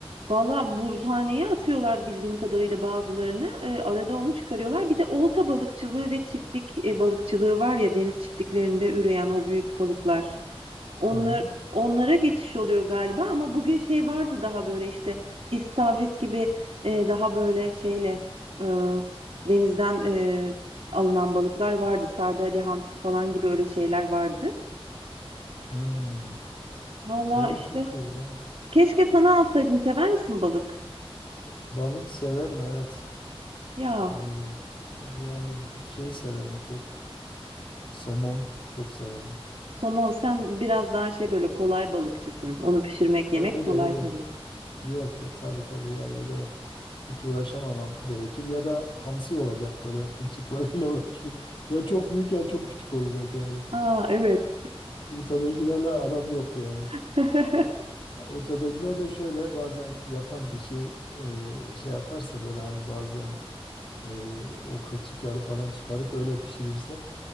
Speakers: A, on the right (about 65°); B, on the left (about 55°).
A: Valla buzhaneye atıyorlar bildiğim kadarıyla bazılarını. E, arada onu çıkarıyorlar. Bir de olta balıkçılığı ve çiftlik e, balıkçılığı var ya deniz çiftliklerinde üreyen o büyük balıklar. Onlar,
B: Hı hı.
A: onlara geçiş oluyor galiba ama bugün şey vardı daha böyle işte istavrit gibi e, daha böyle şeyle e, denizden e, alınan balıklar vardı. Sardalya, hamsi falan gibi öyle şeyler vardı.
B: Hmm.
A: Valla
B: İyi
A: işte
B: çok iyi ya.
A: keşke sana alsaydım. Sever misin balık?
B: Balık severim evet.
A: Ya.
B: Ee, yani şey severim çok. Somon çok severim.
A: Somon sen biraz daha şey böyle kolay balıkçısın. Onu pişirmek yemek
B: Ee, öyle
A: kolay
B: öyle.
A: tabii.
B: Yok e, tabii tabii yani öyle hiç uğraşamamam gerekir ya da hamsi olacak böyle kılçıklarıyla <laughs> uğraşmayayım. Ya çok büyük ya çok küçük olacak yani.
A: Aa evet.
B: Ortadakilerle aram yok yani.
A: <laughs>
B: Ha, Ortadakiler de şöyle bazen yapan kişi e, şey yaparsa böyle hani bazen e, o kılçıkları falan çıkarıp öyle pişirirse